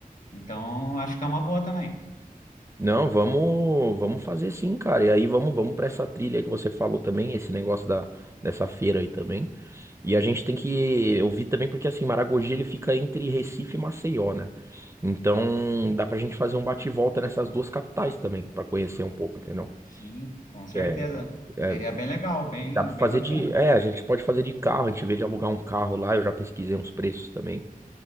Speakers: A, on the left (about 60°); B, on the right (about 20°).
A: Então, acho que é uma boa também.
B: Não, vamos, vamos fazer sim, cara. E aí vamos, vamos para essa trilha aí que você falou também, esse negócio da dessa feira aí também. E a gente tem que eu vi também porque assim, Maragogi ele fica entre Recife e Maceió, né? Então, dá pra gente fazer um bate e volta nessas duas capitais também, pra conhecer um pouco, entendeu?
A: Sim, com certeza.
B: É, é
A: Seria bem legal, bem,
B: Dá pra fazer
A: bem bacana.
B: de. É, a gente pode fazer de carro, a gente vê de alugar um carro lá, eu já pesquisei uns preços também.